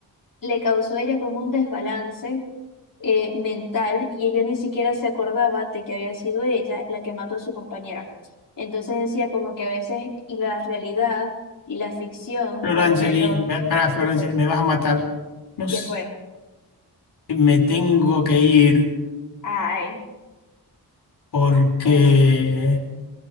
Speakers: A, on the left; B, on the left.
A: le causó a ella como un desbalance eh, mental y ella ni siquiera se acordaba de que había sido ella la que mató a su compañera. Entonces decía como que a veces la realidad y la ficción,
B: Florangeli,
A: como que lo
B: ve- pará, Florangeli,
A: que fue,
B: me vas a matar. No
A: que
B: s-
A: fue.
B: me tengo que ir
A: Ay,
B: porque
A: bueno,